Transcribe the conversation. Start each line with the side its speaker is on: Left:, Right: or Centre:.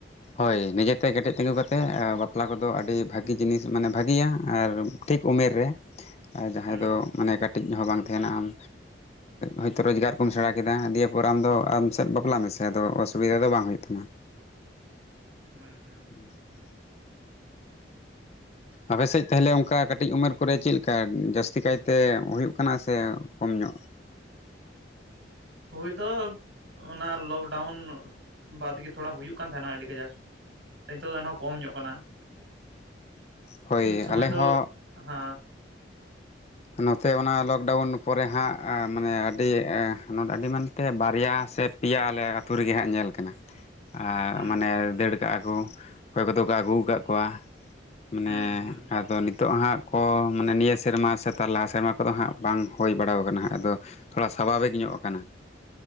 Left: ᱦᱳᱭ᱾ ᱱᱤᱡᱮᱛᱮ ᱠᱮᱸᱴᱮᱡ ᱛᱤᱸᱜᱩ ᱠᱟᱛᱮᱫ ᱵᱟᱯᱞᱟ ᱠᱚᱫᱚ ᱟᱹᱰᱤ ᱵᱷᱟᱹᱜᱤ ᱡᱤᱱᱤᱥ ᱢᱟᱱᱮ ᱵᱷᱟᱜᱤᱭᱟ ᱟᱨ ᱠᱟᱹᱴᱤᱡ ᱩᱢᱮᱨ ᱨᱮ ᱡᱟᱦᱟᱸᱭ
Right: ᱦᱩᱸ
Left: ᱫᱚ ᱢᱟᱱᱮ ᱠᱟᱹᱴᱤᱡ ᱦᱚᱸ ᱵᱟᱝ ᱛᱟᱦᱮᱱᱟ ᱟᱢ ᱦᱚᱭᱛᱳ ᱨᱚᱡᱽᱜᱟᱨ ᱠᱚᱢ ᱥᱮᱬᱟ ᱠᱮᱫᱟ᱾ ᱫᱤᱭᱮ ᱯᱚᱨ ᱟᱢᱫᱚ ᱟᱢ ᱥᱮᱫ ᱵᱟᱯᱞᱟ ᱢᱮᱥᱮ ᱟᱫᱚ ᱚᱥᱩᱵᱤᱫᱟ ᱫᱚ ᱵᱟᱝ ᱦᱩᱭᱩᱜ ᱛᱟᱢᱟ᱾
Right: ᱦᱩᱸ ᱦᱩᱸ
Left: <unintelligible> ᱟᱯᱮ ᱥᱮᱫ ᱛᱟᱦᱚᱞᱮ ᱚᱱᱠᱟ ᱚᱱᱠᱟ ᱠᱟᱹᱴᱤᱡ ᱩᱢᱮᱨ ᱠᱚᱨᱮ ᱪᱮᱫ ᱞᱮᱠᱟ ᱡᱟᱹᱥᱛᱤ ᱠᱟᱭᱛᱮ ᱦᱩᱭᱩᱜ ᱠᱟᱱᱟ ᱥᱮ ᱠᱚᱢ ᱧᱚᱜ?
Right: ᱦᱩᱭ ᱫᱚ ᱚᱱᱟ ᱞᱚᱠᱰᱟᱣᱩᱱ ᱵᱟᱫ ᱜᱮ ᱛᱷᱚᱲᱟ ᱦᱩᱭᱩᱜ ᱠᱟᱱ ᱛᱟᱦᱮᱱᱟ᱾ ᱟᱹᱰᱤ ᱠᱟᱡᱟᱠ ᱱᱤᱛᱚᱜ ᱫᱚ ᱮᱱᱦᱚᱸ ᱠᱚᱢ ᱧᱚᱜ ᱠᱟᱱᱟ᱾
Left: ᱦᱳᱭ
Right: ᱩᱱ ᱥᱚᱢᱚᱭ
Left: ᱟᱞᱮ
Right: ᱫᱚ
Left: ᱦᱚᱸ
Right: ᱦᱮᱸ
Left: ᱱᱚᱛᱮ ᱚᱱᱟ ᱞᱚᱠᱰᱟᱣᱩᱱ ᱯᱚᱨᱮ ᱦᱟᱸᱜ ᱢᱟᱱᱮ ᱟᱹᱰᱤ ᱟᱹᱰᱤ ᱢᱮᱱᱛᱮ ᱵᱟᱨᱭᱟ ᱥᱮ ᱯᱮᱭᱟ ᱟᱞᱮ ᱟᱹᱛᱩ ᱨᱮᱜᱮ ᱦᱟᱸᱜ ᱧᱮᱞ ᱠᱟᱱᱟ᱾ ᱟᱨ
Right: ᱦᱩᱸ
Left: ᱢᱟᱱᱮ ᱫᱟᱹᱲ ᱠᱟᱜᱼᱟ ᱠᱚ ᱚᱠᱚᱭ ᱠᱚᱫᱚ ᱠᱚ ᱟᱹᱜᱩ ᱟᱠᱟᱫ
Right: ᱦᱩᱸ
Left: ᱠᱚᱣᱟ᱾ ᱢᱟᱱᱮ
Right: ᱦᱩᱸ ᱦᱮᱸ
Left: ᱟᱫᱚ ᱱᱤᱛᱚᱜ ᱦᱟᱸᱜ ᱠᱚ ᱢᱟᱱᱮ ᱱᱤᱭᱟᱹ ᱥᱮᱨᱢᱟ ᱥᱮ ᱞᱟᱦᱟ ᱥᱮᱨᱢᱟ ᱠᱚᱫᱚ ᱦᱟᱸᱜ ᱵᱟᱝ ᱦᱩᱭ ᱵᱟᱲᱟᱣ ᱟᱠᱟᱱᱟ ᱦᱟᱜ᱾ ᱟᱫᱚ ᱛᱷᱚᱲᱟ ᱥᱟᱵᱷᱟᱵᱤᱠ ᱧᱚᱜ ᱟᱠᱟᱱᱟ᱾